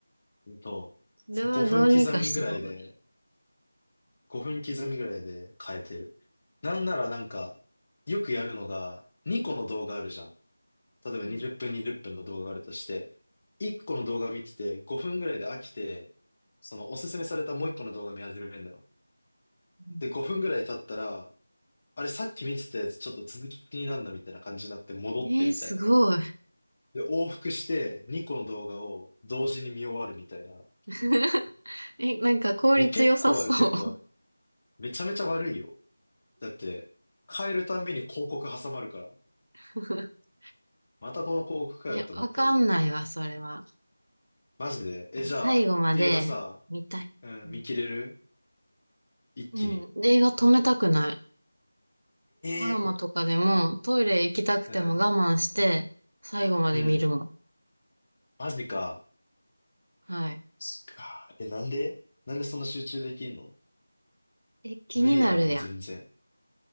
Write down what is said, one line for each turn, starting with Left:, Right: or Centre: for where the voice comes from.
Left: そ
Right: これはどうにかした方がいい。
Left: う。5分刻みぐらいで、5分刻みぐらいで変えてる。なんならなんか、よくやるのが、2個の動画あるじゃん。例えば20分20分の動画があるとして、
Right: う
Left: 1個の動画見てて5分ぐらいで飽きて、そのおすすめされたもう1個の動画見始めるのよ。
Right: ん
Left: で、5分ぐらい経ったら、あれさっき見てたやつちょっと続き気になんなみたいな感じになって戻ってみたいな。
Right: えー、すごい。
Left: で、往復して2個の動画を同時に見終わるみたいな。
Right: <laughs> え、なんか効率良さそう。
Left: いや、結構ある結構ある。めちゃめちゃ悪いよ。だって、変えるたんびに広告挟まるから、
Right: <laughs>
Left: またこの広告かよって思ったり。
Right: え、わかんないわ、それは。
Left: マジで。え、
Right: もう最後まで見たい。
Left: じゃあ、映画さ、うん、
Right: うん。
Left: 見切れる一気に。
Right: うん映画止めたくない。ドラマとかでもトイレ行きたくても我慢して最後まで見るもん。
Left: ええうん。うん。マジか。
Right: はい。
Left: そっか。え、なんでなんでそんな集中できんの
Right: え、気になるやん。
Left: 無理やん、全然。